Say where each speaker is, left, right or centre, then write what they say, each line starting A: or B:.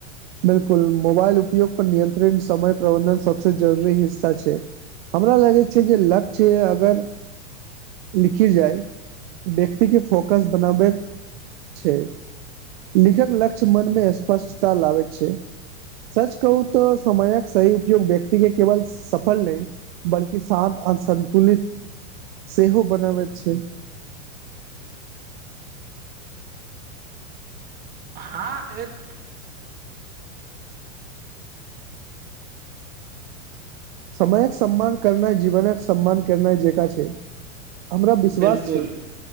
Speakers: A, on the right; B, on the right.
A: बिलकुल मोबाइल उपयोग पर नियंत्रित समय प्रबंधन सबस जरूरी हिस्सा छै हमरा लगै छै जे लक्ष्य अगर लिखी जाय व्यक्ति के फोकस बनाबैत छै। <unintelligible> लिखक लक्ष्य मन मे स्पष्टता लाबैत छै सच कहू तऽ समयक सही उपयोग व्यक्ति के केवल सफल नहि बल्कि शान्त अ संन्तुलित सेहो बनाबैत छै। <unintelligible>
B: हँ एक।
A: समयक सम्मान करनाय जीवनक सम्मान करनाय जेका छै। हमरा विश्वास
B: बिलकुल
A: छै।